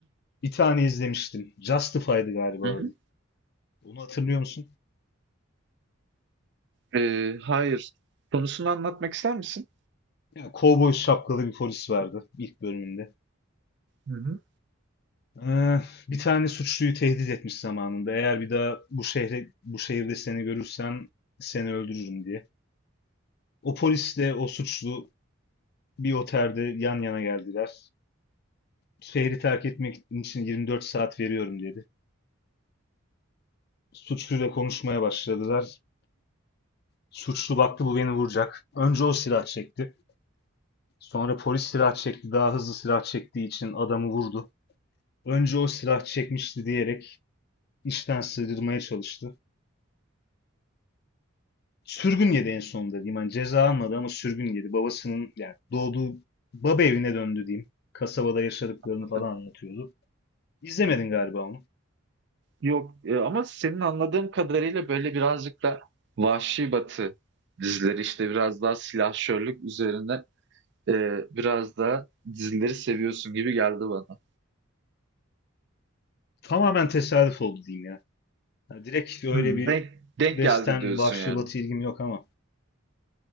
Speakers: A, on the left; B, on the right.
A: bir tane izlemiştim. Justified'ı galiba
B: Hı hı.
A: adı. Onu hatırlıyor musun?
B: e, hayır. Konusunu anlatmak ister misin?
A: Ya, kovboy şapkalı bir polis vardı ilk bölümünde.
B: Hı hı.
A: Ee, bir tane suçluyu tehdit etmiş zamanında. Eğer bir daha bu şehre, bu şehirde seni görürsem seni öldürürüm diye. O polisle o suçlu bir otelde yan yana geldiler. Şehri terk etmek için 24 saat veriyorum dedi. suçluyla konuşmaya başladılar. Suçlu baktı bu beni vuracak. Önce o silah çekti. Sonra polis silah çekti. Daha hızlı silah çektiği için adamı vurdu. Önce o silah çekmişti diyerek işten sığdırmaya çalıştı. Sürgün yedi en sonunda diyeyim. Hani ceza almadı ama sürgün yedi. Babasının yani doğduğu baba evine döndü diyeyim. Kasabada yaşadıklarını
B: Anladım.
A: falan anlatıyordu. İzlemedin galiba onu.
B: Yok e, ama senin anladığım kadarıyla böyle birazcık da vahşi batı dizileri işte biraz daha silahşörlük üzerine e, biraz daha dizileri seviyorsun gibi geldi bana.
A: Tamamen tesadüf oldu diyeyim ya. Yani direkt öyle
B: Hımm,
A: bir
B: denk denk
A: western,
B: geldi diyorsun
A: vahşi
B: yani.
A: batı ilgim yok ama